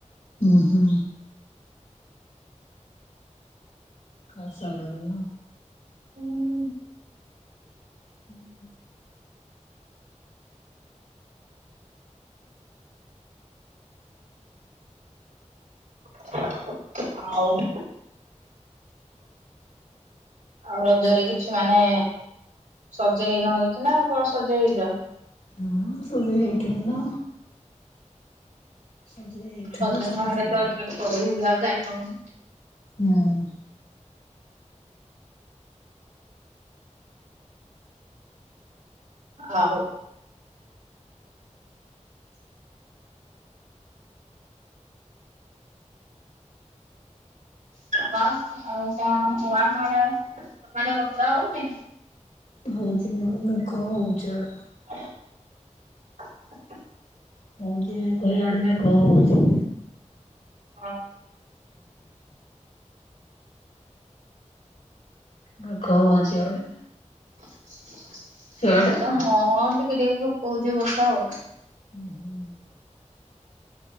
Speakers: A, on the left (about 80°); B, on the right (about 85°).
A: <inaudible> ଖାଇ ସାଇଲଣି ନା?
B: <inaudible>
A: <unintelligible>
B: ଆଉ? ଆଉ ରଜରେ କିଛି ମାନେ ସଜେଇ ହେଇନ କିଛି ନା କ'ଣ ସଜେଇ ଚ?
A: ହଁ, ସଜେଇ ହେଇଥିଲି ନା। <unintelligible>
B: <unintelligible>
A: ସମସ୍ତେ। ହୁଁ।
B: <unintelligible> <unintelligible>
A: <unintelligible>
B: <inaudible>
A: <inaudible>
B: ଅ ଅଁ
A: ମେଘ ହଉଚି ଆଡ଼େ।
B: <inaudible>
A: <unintelligible>
B: ହଁ, ଟିକେ ଟିକେ ପକଉଚି ବର୍ଷା ଆଉ।
A: ହୁ ହୁଁ